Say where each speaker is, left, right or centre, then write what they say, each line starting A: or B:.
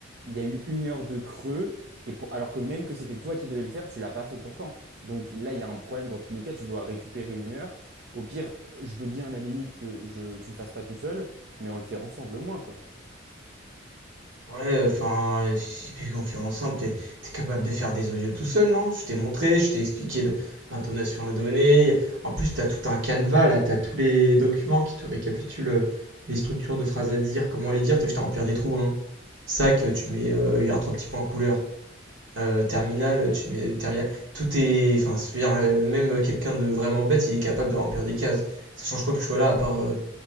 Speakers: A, on the right; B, on the right.
A: Il y a eu une heure de creux. Et pour... Alors que même que c'était toi qui devais le faire, tu l'as pas fait pourtant. Donc là, il y a un problème dans tous les cas. Tu dois récupérer une heure. Au pire, je veux bien à la limite que je... tu le fasses pas tout seul, mais on le fait ensemble au moins, quoi.
B: Ouais, enfin, euh, si on fait ensemble, t'es, t'es capable de faire des audios tout seul, non? Je t'ai montré, je t'ai expliqué l- l'intonation à donner. En plus, t'as tout un canevas, là, t'as tous les documents qui te récapitulent euh, les structures de phrases à dire, comment les dire, t'as juste à remplir des trous, hein. Sac, euh, tu mets euh, hier trois petits points en couleur. Euh, terminal, euh, tu mets euh, terminal. Tout est, enfin, je veux dire, euh, même euh, quelqu'un de vraiment bête, il est capable de remplir des cases. Ça change quoi que je sois là, à part, euh, à